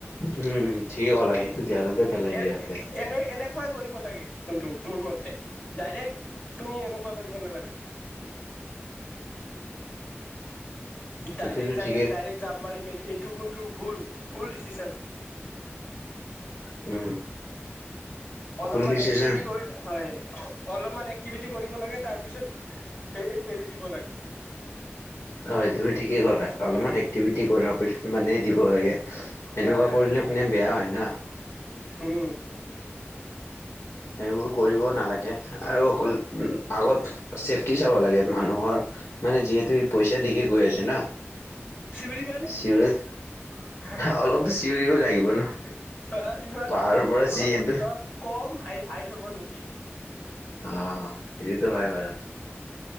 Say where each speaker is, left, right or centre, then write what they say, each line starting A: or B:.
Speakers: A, on the left (about 80°); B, on the left (about 45°).
A: উম উম ঠিক ট'লা সেইটো ধ্যানতে পেলাই দিয়ে
B: এ
A: ইহঁতে।
B: এনে এনেকুৱাই কৰিব লাগে কোনটো মোৰ মতে ডাইৰেক্ট তুমি এনেকুৱা কৰিব নালাগে। ডাইৰেক্ট
A: সেইটোতো
B: যাই
A: ঠিকেই
B: কিনে ডাইৰেক্ট যাম মাৰিম এইটো কিন্তু ভুল ভুল দিচিচান।
A: উম।
B: অলপমান
A: ভুল ডিচিচন
B: এক্টিভিটি কৰি হয় অলপমান টিভিতি কৰিব লাগে তাৰ পিছত এ এৰি দিব লাগে।
A: হয় তুমি ঠিকেই ক'লা অলপমান এক্টিভিটি কৰাৰ পিছত মানে দিব লাগে। এনেকুৱা
B: হয় হয়
A: কৰিলে মানে বেয়া হয় না।
B: উম।
A: সেইবোৰ কৰিব নালাগে আৰু আগত চেফটি চাব লাগে মানুহৰ। মানে যিহেতু ই পইচা দিকে গৈ আছে না।
B: শিবিৰি পানে
A: চিৰিয়েল
B: <unintelligible>
A: অলপতো চিঞৰিবই লাগিব ন।
B: ধৰা ইমান
A: পাহাৰৰ
B: ওপৰৰ পৰা
A: যিহেতু
B: পৰিবা কম আই আইথ হব নেকি।
A: অ সেইটোতো হয় বাৰু।